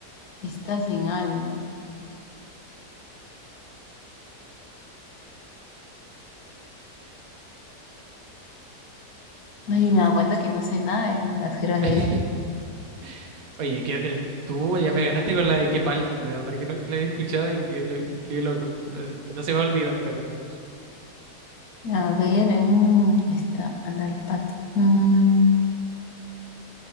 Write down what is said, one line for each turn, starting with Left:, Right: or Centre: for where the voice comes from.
Left: está sin algo. Ay, me da cuenta que no sé nada de las jergas
Right: <laughs>
Left: de ella.
Right: Oye, que, eh, tú ya me ganaste con la de qué palta, de verdad que no la había escuchado y qué, lo- qué loco. Eh, No se me va a olvidar, de verdad.
Left: A ver, mm, está, anda el pato. Mm,